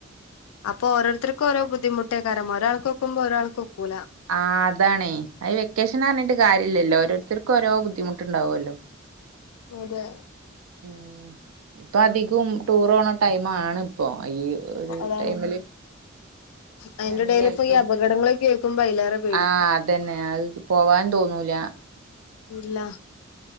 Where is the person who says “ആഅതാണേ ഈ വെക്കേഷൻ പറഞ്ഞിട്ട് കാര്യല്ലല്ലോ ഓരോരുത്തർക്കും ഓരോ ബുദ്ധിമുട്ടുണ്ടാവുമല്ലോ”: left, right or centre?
Right